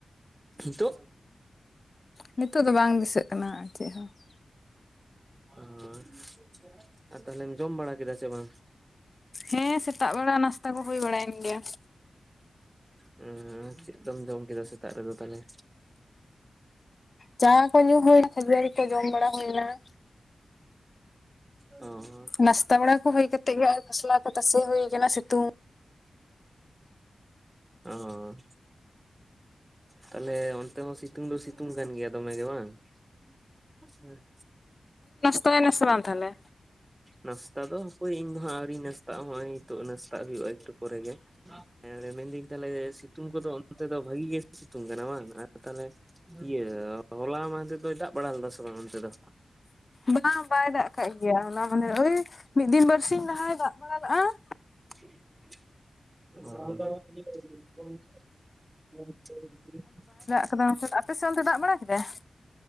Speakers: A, on the right (about 15°); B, on the left (about 35°).
A: ᱦᱤᱛᱳᱜ
B: ᱱᱤᱛᱳᱜ ᱫᱚ ᱵᱟᱝ ᱫᱤᱥᱟᱹᱜ ᱠᱟᱱᱟ ᱟᱨ ᱪᱮᱫ ᱦᱚᱸ ᱾
A: ᱚ ᱟᱨ ᱛᱟᱞᱦᱮᱢ ᱡᱚᱢ ᱵᱟᱲᱟ ᱠᱮᱫᱟ ᱥᱮ ᱵᱟᱝ?
B: ᱦᱮᱸ ᱥᱮᱛᱟᱜ ᱵᱮᱲᱟ ᱱᱟᱥᱛᱟ ᱠᱚ ᱦᱩᱭ ᱵᱟᱲᱟᱭᱮᱱ ᱜᱮᱭᱟ ᱾
A: ᱦᱮᱸ ᱪᱮᱫ ᱫᱚᱢ ᱡᱚᱢ ᱠᱮᱫᱟ ᱥᱮᱛᱟᱜ ᱨᱮᱫᱚ ᱛᱟᱞᱦᱮ?
B: ᱪᱟ ᱠᱚ ᱧᱩ ᱦᱩᱭᱱᱟ ᱠᱷᱟᱹᱡᱟᱹᱲᱤ ᱠᱚ ᱡᱚᱢ ᱵᱟᱲᱟ ᱦᱩᱭᱱᱟ ᱾
A: ᱚᱻ
B: ᱱᱟᱥᱛᱟ ᱵᱟᱲᱟ ᱠᱚ ᱦᱩᱭ ᱠᱟᱛᱮᱜ ᱜᱮ ᱟᱨ ᱠᱷᱚᱥᱞᱟ ᱠᱚ ᱛᱟᱥᱮ ᱦᱩᱭ ᱟᱠᱟᱱᱟ ᱥᱤᱛᱩᱝᱼᱼ
A: ᱚᱸ ᱛᱟᱦᱚᱞᱮ ᱚᱱᱛᱮ ᱦᱚᱸ ᱥᱤᱛᱩᱝ ᱫᱚ ᱥᱤᱛᱩᱝ ᱠᱟᱱ ᱜᱮᱭᱟ ᱫᱚᱢᱮ ᱜᱮ ᱵᱟᱝ? ᱦᱮᱸ <unintelligible>
B: ᱱᱟᱥᱛᱟᱭᱱᱟᱢ ᱥᱮ ᱵᱟᱝ ᱛᱟᱦᱚᱞᱮ?
A: ᱱᱟᱥᱛᱟ ᱫᱚ ᱦᱟᱯᱟᱹᱭ ᱤᱧ ᱫᱚ ᱦᱟᱹᱜ ᱟᱹᱣᱨᱤ ᱱᱟᱥᱛᱟᱜ ᱱᱚᱜ-ᱚᱭ ᱱᱤᱛᱚᱜ ᱱᱟᱥᱛᱟᱜ ᱦᱩᱭᱩᱜ-ᱟ ᱮᱠᱴᱩ ᱯᱚᱨᱮ ᱜᱮ ᱾ ᱦᱮᱸ ᱨᱮ ᱢᱮᱱᱫᱟᱹᱧ ᱛᱟᱦᱚᱞᱮ ᱥᱤᱛᱩᱝ ᱠᱚᱫᱚ ᱚᱱᱛᱮ ᱫᱚᱼᱼ ᱵᱷᱟᱜᱤ ᱜᱮ ᱥᱤᱛᱩᱝ ᱠᱟᱱᱟ ᱵᱟᱝ? ᱟᱨ ᱛᱟᱦᱚᱞᱮ ᱤᱭᱟᱹ ᱦᱚᱞᱟ ᱢᱟᱦᱱᱫᱮᱨ ᱫᱚᱭ ᱫᱟᱜ ᱵᱟᱲᱟ ᱞᱮᱫᱟ ᱥᱮ ᱵᱟᱝ? ᱛᱮᱫᱚᱼᱼ
B: ᱵᱟᱝᱼᱟ ᱵᱟᱭ ᱫᱟᱜ ᱠᱟᱜ ᱜᱮᱭᱟ, ᱦᱚᱞᱟ ᱢᱟᱦᱟᱱᱫᱮᱨ ᱳᱭ ᱢᱤᱫ ᱫᱤᱱ ᱵᱟᱨᱥᱤᱧ ᱞᱟᱦᱟᱭ ᱫᱟᱜ ᱵᱟᱲᱟᱞᱟᱜ-ᱟ ᱾
A: <inaudible> ᱚ <inaudible>
B: ᱟᱫᱚ ᱚᱱᱛᱮ ᱟᱯᱮ ᱥᱮᱫ ᱚᱱᱛᱮ ᱫᱟᱜ ᱵᱟᱲᱟ ᱠᱮᱫᱟᱭ?